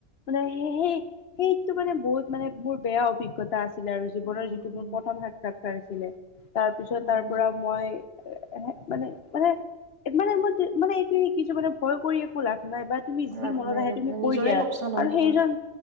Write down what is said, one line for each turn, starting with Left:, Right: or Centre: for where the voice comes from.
Left: মানে সেই-সেইটো মানে বহুত মানে, মোৰ বেয়া অভিজ্ঞতা আছ ছিলে আৰু, জীৱনৰ
Right: উম
Left: যিটো
Right: উম
Left: মোৰ প্ৰথম সাক্ষাৎকাৰ আছিলে, তাৰপিছত
Right: হয়
Left: তাৰপৰা
Right: দিয়া
Left: মই মানে, মানে মানে, মই মানে এইটো শিকিছোঁ, মানে ভয় কৰি একো লাভ নাইবা তুমি যি
Right: লাভ
Left: মনত
Right: নাই
Left: আহে
Right: লাভ
Left: তুমি
Right: নাই
Left: কৈ
Right: নিজৰে
Left: দিয়া,
Right: লোকচান
Left: আৰু
Right: হয় তোমাৰ
Left: সেইজন